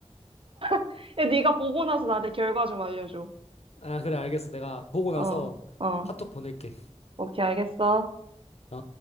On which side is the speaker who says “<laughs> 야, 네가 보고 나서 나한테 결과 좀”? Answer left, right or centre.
Right